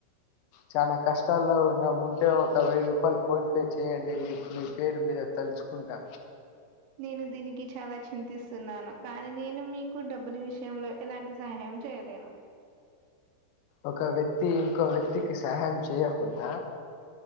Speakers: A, on the left; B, on the right.
A: చానా కష్టాల్లో ఉన్నా ఉంటే ఒక వెయ్యి రూపాయలు ఫోన్ పే చేయండి నీ మీ పేరు మీద తలుచుకుంటా
B: నేను దీనికి చాలా చింతిస్తున్నాను కానీ నేను మీకు డబ్బుల విషయంలో ఎలాంటి సహాయం చేయలేను
A: ఒక వ్యక్తి ఇంకో వ్యక్తికి సహాయం చేయకుడద